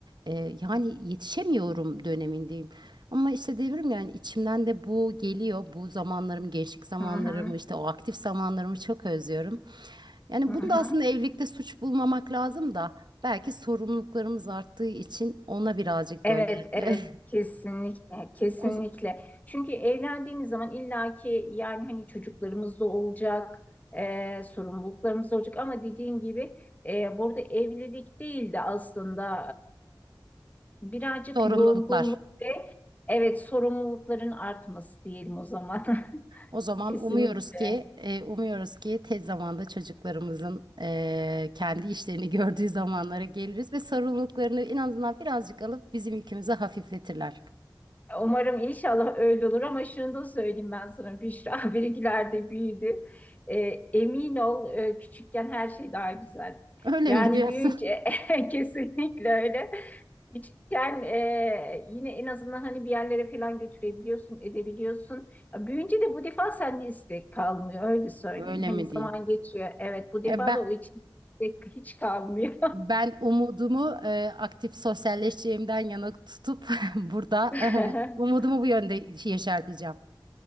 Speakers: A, on the right; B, on the left.
A: Ee, yani yetişemiyorum dönemindeyim. Ama işte diyorum yani içimden de bu geliyor. Bu zamanlarım, gençlik zamanlarımı,
B: Hı hı,
A: işte o aktif zamanlarımı çok özlüyorum. Yani
B: hı
A: bunu
B: hı.
A: da aslında evlilikte suç bulmamak lazım da belki sorumluluklarımız arttığı için ona birazcık
B: Evet,
A: böyle
B: evet,
A: <laughs>
B: kesinlikle, kesinlikle.
A: o
B: Çünkü evlendiğimiz zaman illaki yani hani çocuklarımız da olacak, e, sorumluluklarımız da olacak ama dediğin gibi e, burada evlilik değil de aslında e, birazcık
A: sorumluluklar.
B: yorgunluk ve evet sorumlulukların artması diyelim o zaman. <laughs>
A: O zaman
B: Kesinlikle.
A: umuyoruz ki, e, umuyoruz ki tez zamanda çocuklarımızın e, kendi işlerini <laughs> gördüğü zamanlara geliriz ve sorumluluklarını en azından birazcık alıp bizim yükümüzü hafifletirler.
B: Umarım inşallah öyle olur ama şunu da söyleyeyim ben sana Büşra <laughs> benimkiler de büyüdü. Ee, emin ol e, küçükken her şey daha güzel.
A: Öyle
B: Yani
A: mi diyorsun?
B: büyüyünce
A: <laughs>
B: <laughs> kesinlikle öyle. Küçükken e, yine en azından hani bir yerlere falan götürebiliyorsun, edebiliyorsun. Ya Büyüyünce de bu defa sende istek kalmıyor öyle söyleyeyim.
A: Öyle
B: Hani
A: mi
B: zaman
A: diyeyim?
B: geçiyor. Evet bu
A: E,
B: defa
A: ben
B: da o için istek hiç kalmıyor.
A: ben umudumu e, aktif sosyalleşeceğimden yana tutup <laughs> burada
B: <laughs>
A: <laughs> umudumu bu yönde yeşerteceğim.